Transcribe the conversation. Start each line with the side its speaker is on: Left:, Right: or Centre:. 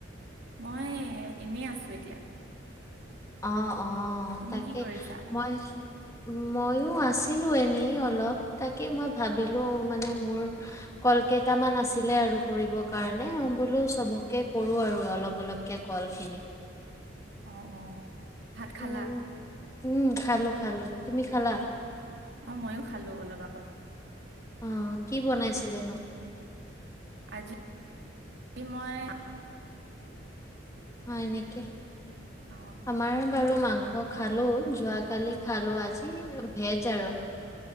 Right: মই এনে আছোঁ এতিয়া।
Left: অ', অ',
Right: তুমি
Left: তাকে
Right: কি কৰিছা
Left: মই মইয়ো আছিলোঁ এনেই অলপ, তাকে মই ভাবিলোঁ মানে মোৰ ক'ল কেইটামান আছিলে আৰু কৰিব কাৰণে বোলোঁ চ'বকে কৰোঁ আৰু অলপ, অলপ। কে ক'লখিনি।
Right: অ', অ'। ভাত খালা
Left: উম, উম, খালোঁ, খালোঁ তুমি খালা?
Right: অ', মইয়ো খালোঁ অলপ আগত।
Left: অ', কি বনাইছিলেনো?
Right: আজি মই
Left: হয় নেকি
Right: অ
Left: আমাৰ বাৰু মাংস খালো যোৱাকালি খালো আজি ভেজ আৰু